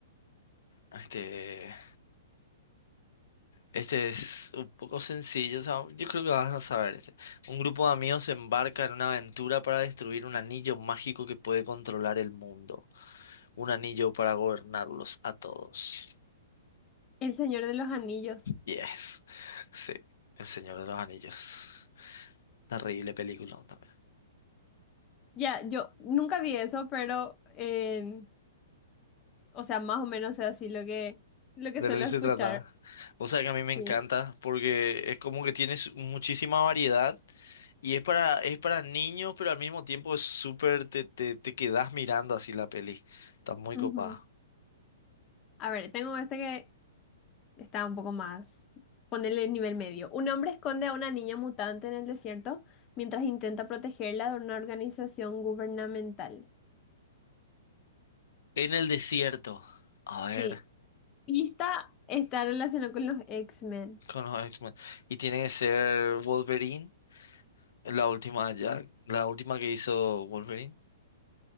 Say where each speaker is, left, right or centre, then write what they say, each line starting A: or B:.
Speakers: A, on the left; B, on the left.
A: este, este es un poco sencillo. o sea, yo creo que vas a saber este. Un grupo de amigos se embarca en una aventura para destruir un anillo mágico que puede controlar el mundo. Un anillo para gobernarlos a todos.
B: El Señor de los Anillos.
A: Yes. Sí, El Señor de los Anillos. Terrible película también.
B: Ya, yo nunca vi eso, pero, eh, o sea, más o menos es así lo que, lo que
A: De
B: suelo
A: lo que
B: escuchar.
A: se trata. O sea que a mí me encanta
B: Sí.
A: porque es como que tienes muchísima variedad y es para, es para niños, pero al mismo tiempo es súper, te, te, te quedas mirando así la peli. Está muy
B: Ujú.
A: copada.
B: A ver, tengo este que está un poco más. Ponerle nivel medio. Un hombre esconde a una niña mutante en el desierto mientras intenta protegerla de una organización gubernamental.
A: En el desierto. A ver,
B: Sí, Pista está relacionado con los X-Men.
A: con los X-Men. Y tiene que ser Wolverine, la última ya, la última que hizo Wolverine.